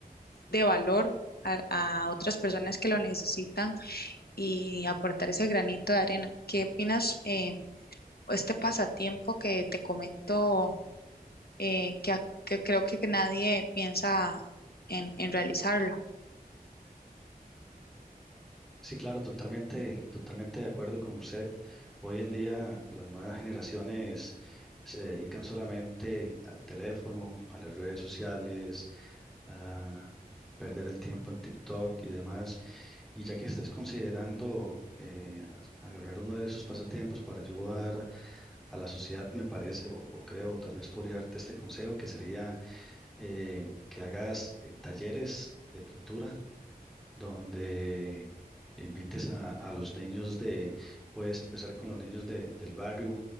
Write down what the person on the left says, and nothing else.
de valor a, a otras personas que lo necesitan y aportar ese granito de arena. ¿Qué opinas, eh, este pasatiempo que te comento? eh, que, a- que creo que nadie piensa en, en realizarlo.